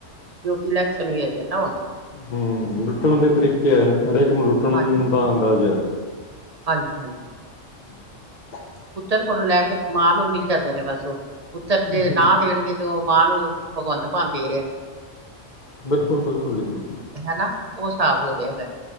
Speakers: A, on the right; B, on the left.
A: ਕਿਉਂਕਿ ਇਲੈਕਸ਼ਨ ਵੀ ਹੈਗੇ ਨਾ ਹੁਨ।
B: ਹੂ, ਲੁੱਟਣ ਦੇ ਤਰੀਕੇ ਐ, ਹਰੇਕ ਨੂੰ ਲੁੱਟਣ
A: ਹਾਂ
B: ਦਾ ਅੰਦਾਜ਼ਾ।
A: ਹਾਂਜੀ- ਹਾਂਜੀ।
B: <inaudible>
A: ਪੁੱਤਰ ਕੋਲੋਂ ਲੈ ਕੇ ਮਾਂ ਨੂੰ ਮਿਲ ਜਾਂਦੇ ਨੇ ਬਸ ਓ, ਪੁੱਤਰ ਜੇ
B: ਹੈ
A: ਨਾਂ ਦੇਣਗੇ ਤੇ ਉਹ ਮਾਂ ਨੂੰ ਭਗਵੰਤ ਮਾਨ ਦੇ ਰਿਆ।
B: ਬਿਲਕੁਲ- ਬਿਲਕੁਲ ਜੀ, ਬਿਲਕੁਲ।
A: ਹੈਨਾ, ਉਹ ਸਾਬ ਹੋ ਰਿਹਾ ਦਾ।